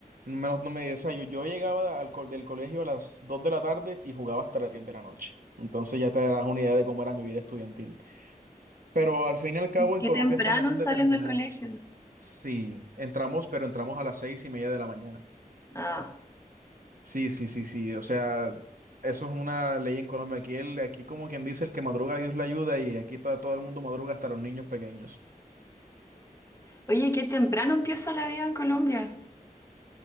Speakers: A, on the right; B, on the left.
A: No me, no me- o sea, yo, yo llegaba al co- del colegio a las 2 de la tarde y jugaba hasta las 10 de la noche. Entonces ya te darás una idea de cómo era mi vida estudiantil. Pero al fin y al cabo en
B: Qué
A: Colombia
B: temprano
A: eso no es un
B: salen
A: determinante.
B: del colegio.
A: Sí, entramos, pero entramos a las seis y media de la mañana.
B: Ah.
A: Sí, sí, sí, sí. O sea, eso es una ley en Colombia. Aquí, el, aquí como quien dice, el que madruga, Dios le ayuda, y aquí todo, todo el mundo madruga hasta los niños pequeños.
B: Oye, qué temprano empieza la vida en Colombia.